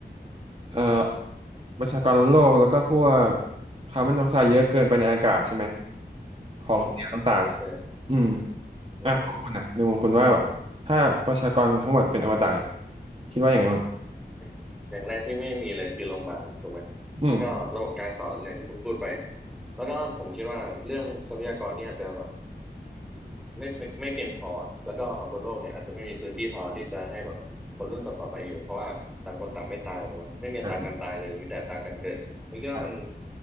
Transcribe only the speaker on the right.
เอ่อประชากรโลกแล้วก็พวกคาร์บอนไดออกไซด์เยอะเกินไปในอากาศใช่ไหมของเสียต่างๆอืม
อ่ะของคุณนะในมุมคุณว่าแบบถ้าประชากรทั้งหมดเป็นอมตะเนี่ยคิดว่าอย่างไงบ้าง
อืม
อ่ะอ่ะ